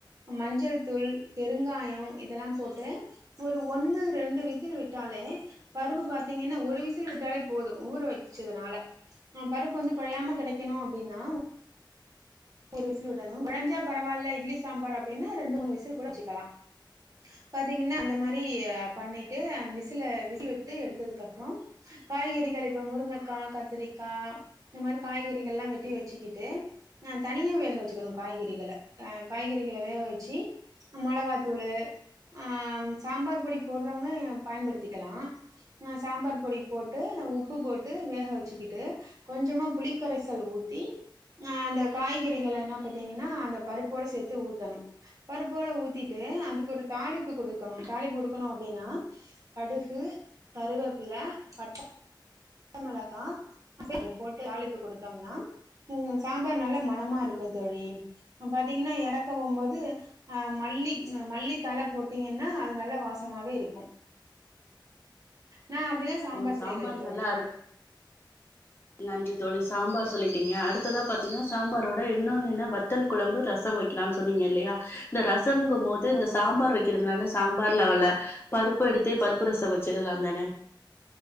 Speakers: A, on the right; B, on the left.
A: மஞ்சள் தூள் பெருங்காய இதெல்லா போட் டு ஒரு ஒண்ணு ரெண்டு விசில் விட்டாலே பருப்பு பாத்தீங்கன்னா ஒரு விசில் விட்டாலே போதும் ஊற வச்சதனால ஆஹ் பருப்பு வந்து குழையாம கெடைக்கணு அப்படின்னா ஒரு விசில் விடணு கொழஞ்சா பரவால்ல இட்லி சாம்பார் அப்படின்னா ரெண்டு மூணு விசில் கூட வச்சுக்கலா பாத்தீங்கன்னா அந்த மாதிரி பண்ணிட்டு அந்த விசில விசில் விட்டு எடுத்ததுக்கு அப்புற காய்கறிகள் இப்ப முருங்கைக்கா கத்திரிக்கா இந்த மாதிரி காய்கறிகள்ளா வெட்டி வச்சுக்கிட்டு நா தனியா வேக வச்சுக்கணு காய்கறிகள காய்கறிகள வேக வச்சு மொளகாத்தூளு ஆ சாம்பார் பொடி போடறவங்க பயன்படுத்திக்கலா சாம்பார் பொடி போட்டு உப்பு போட்டு வேக வச்சுக்கிட்டு கொஞ்சமா புளிக்கரைசல் ஊத்தி அந்த காய்கறிகள என்னா பாத்தீங்கன்னா அந்த பருப்போட சேத்து ஊத்தணு பருப்போட ஊத்திட்டு அதுக் ஒரு தாளிப்பு கொடுக்கணு தாளிப்பு குடுக்கணு அப்படின்னா கடுகு கருவேப்பில பச்சமொளகா போட்டு தாளிப்பு குடுத்தம்னா உ சாம்பார் வ நல்ல மனமா இருக்கு தோழி பாத்தீங்கன்னா எறக்க போகும்போது அஹ மல்லி மல்லி தலை போட்டீங்கன்னா அது நல்ல வாசமாவே இருக்கு நா அப்டிதா
B: ஓ சாம்பார்
A: செய்யறது தோழி
B: நல்லா இரு நன்றி தோழி சாம்பார் சொல்லி பீங்க அடுத்ததா பாத்தீங்னா சாம்பாரோட இன்னொன்னுனா வத்தல் குழம்பு ரசம் வெக்கலானு சொன்னீங்க இல்லையா இந்த ரஸ் சோங்க போது இந்த
A: ஆமா
B: சாம்பார்
A: தோழி
B: வெக்கிறதுனால சாம்பார்லவுள பருப்பு எடுத்தே பருப்பு ரசோ வச்சிடலாந்தானே